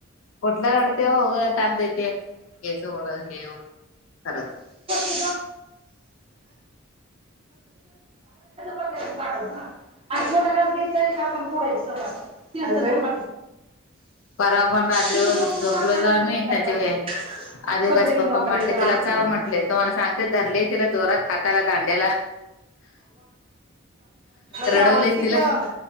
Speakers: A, on the left; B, on the right.
A: कुठल रडते ओ उग ताप देते केस ओढ हे ओढ करत
B: त त्या आणि छोटा घास घ्यायचा का आपण थोडा चपाती <unintelligible>
A: परवा पण रात्री
B: तिथेच बसून
A: झोपलेल
B: सांग आणून
A: आम्ही
B: देते काय
A: त्यांचे
B: पाहिजे
A: अद्विकाचे
B: सध्या येऊ
A: पप्पा
B: नका
A: म्हटले
B: लई गळा
A: तिला
B: अडचण
A: चाव
B: आहे.
A: म्हटले तुम्हाला सांग ते धरले तिला जोरात हाताला दांड्याला रडवलेच
B: चावल की
A: तिला
B: गं!